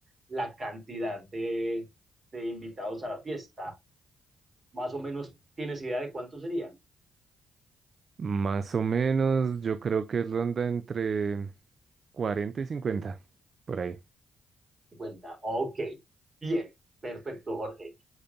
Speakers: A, on the right; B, on the right.
A: La cantidad de, de invitados a la fiesta. Más o menos, ¿tienes idea de cuántos serían?
B: Más o menos, yo creo que ronda entre 40 y 50, por ahí.
A: 50. Ok, bien, perfecto, Jorge.